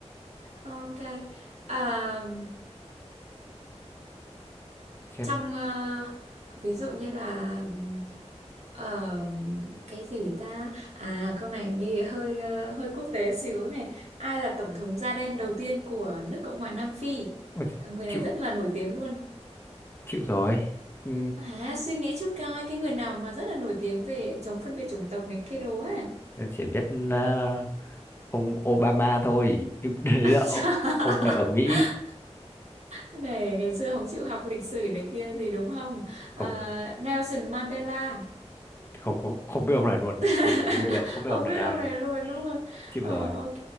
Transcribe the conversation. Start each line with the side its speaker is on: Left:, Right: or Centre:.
Right: Ok, à,
Left: xem
Right: trong ờ, ví dụ như là ừm, ờ, cái gì ta à câu này đi hơi ờ, hơi quốc tế xíu này ai là tổng thống da đen đầu tiên của nước Cộng hòa Nam Phi
Left: Ôi,
Right: người này
Left: chịu
Right: rất là nổi tiếng luôn
Left: chịu rồi ừ,
Right: à, suy nghĩ trước coi cái người nào mà rất là nổi tiếng về chống phân biệt chủng tộc này kia đồ á
Left: tôi chỉ biết à, ông Obama thôi nhưng <laughs> đấy là
Right: <laughs>
Left: ô- ông này ở Mỹ
Right: này ngày xưa không chịu học lịch sử này kia gì đúng không à,
Left: không
Right: Nelson Mandela
Left: không không, không biết ông này luôn
Right: <laughs>
Left: bây giờ đến bây giờ cũng không biết
Right: không
Left: ông này
Right: biết
Left: là
Right: ông
Left: ai
Right: này luôn đúng không
Left: chịu
Right: ờ
Left: rồi
Right: ok